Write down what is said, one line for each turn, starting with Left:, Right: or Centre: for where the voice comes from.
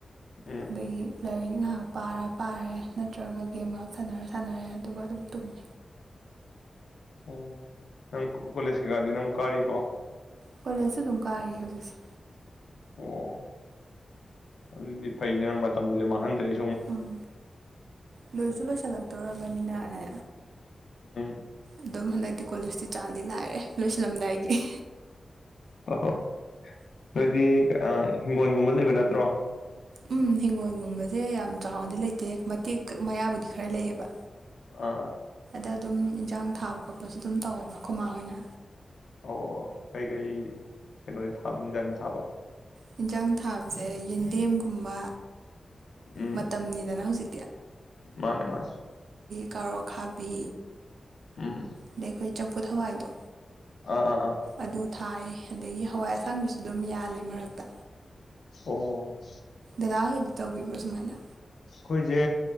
Left: ꯎꯝ
Right: ꯑꯗꯒꯤ ꯂꯥꯏꯔꯤꯛ ꯉꯥꯏꯍꯥꯛ ꯄꯥꯔ ꯄꯥꯔꯦ ꯅꯠꯇ꯭ꯔꯒ ꯒꯦꯝ ꯉꯥꯏꯍꯥꯛ ꯁꯥꯟꯅꯔ ꯁꯥꯟꯅꯔꯦ ꯑꯗꯨꯒ ꯑꯗꯨꯝ ꯇꯨꯝꯃꯤ꯫
Left: ꯑꯣ ꯅꯪ ꯀꯣꯂꯦꯁ ꯀꯩꯒꯥꯗꯤ ꯅꯪꯕꯨ ꯀꯥꯔꯤ ꯕꯣ?
Right: ꯀꯣꯂꯦꯖꯁꯨ ꯑꯗꯨꯝ ꯀꯥꯔꯤ ꯍꯧꯖꯤꯛꯁꯦ꯫
Left: ꯑꯣ ꯫ꯑꯗꯨꯗꯤ ꯐꯩꯅꯦ ꯅꯪ ꯃꯇꯝꯁꯨ ꯃꯥꯡꯍꯟꯗꯔꯦ
Right: ꯎꯝ ꯂꯣꯏꯖꯨ ꯂꯣꯏꯁꯟ ꯆꯜꯂꯛꯇꯣꯔꯕꯅꯤꯅꯅꯦ
Left: ꯎꯝ
Right: ꯑꯗꯨꯝ ꯍꯟꯗꯛꯇꯤ ꯀꯣꯂꯦꯖꯇꯤ ꯆꯥꯡꯗꯤ ꯅꯥꯏꯔꯦ ꯂꯣꯏꯁꯤꯜꯂꯝꯗꯥꯏꯒꯤ
Left: ꯑꯣ ꯍꯣ ꯅꯣꯏꯗꯤ ꯑꯥ ꯍꯤꯡꯒꯣꯜꯒꯨꯝꯕ ꯂꯩꯕ ꯅꯠꯇ꯭ꯔꯣ?
Right: ꯎꯝ ꯍꯤꯡꯒꯣꯜꯒꯨꯝꯕꯖꯦ ꯌꯥꯝ ꯆꯥꯎꯅꯗꯤ ꯂꯩꯇꯦ ꯃꯇꯦꯛ ꯃꯌꯥꯕꯨꯗꯤ ꯈꯔ ꯂꯩꯌꯦꯕ꯫
Left: ꯑꯥ
Right: ꯗ ꯑꯗꯨꯝ ꯏꯟꯖꯥꯡ ꯊꯥꯕ ꯈꯣꯠꯄꯁꯨ ꯑꯗꯨꯝ ꯇꯧꯋꯦꯕ ꯑꯩꯈꯣꯏ ꯃꯥ ꯍꯣꯏꯅ
Left: ꯑꯣ ꯀꯔꯤ ꯀꯔꯤ ꯀꯩꯅꯣꯗꯤ ꯊꯥꯕ ꯍꯦꯟꯖꯥꯡ ꯊꯥꯕ?
Right: ꯌꯦꯟꯖꯥꯡ ꯊꯥꯕꯁꯦ ꯌꯦꯟꯗꯦꯝꯒꯨꯝꯕ
Left: ꯎꯝ
Right: ꯃꯇꯝꯅꯤꯗꯅ ꯍꯧꯖꯤ
Left: ꯃꯥꯅꯦ ꯃꯥꯅꯦ
Right: ꯀꯥꯔꯣꯠ ꯑꯈꯥꯕꯤ
Left: ꯎꯝ
Right: ꯑꯗꯩ ꯑꯩꯈꯣꯏ ꯆꯝꯐꯨꯠ ꯍꯋꯥꯏꯗꯣ
Left: ꯑꯥ ꯑꯥ ꯑꯥ
Right: ꯑꯗꯨ ꯊꯥꯏ꯫ ꯑꯗꯒꯤ ꯍꯋꯥꯏ ꯑꯁꯥꯡꯕꯤꯁꯨ ꯑꯗꯨꯝ ꯌꯥꯜꯂꯦ ꯃꯔꯛꯇ꯫
Left: ꯑꯣ
Right: ꯗꯗꯥ ꯍꯣꯏꯗꯤ ꯇꯧꯕꯤꯕꯨ꯭ꯔꯣ ꯁꯨꯃꯥꯏꯅ?
Left: ꯑꯩꯈꯣꯏꯖꯦ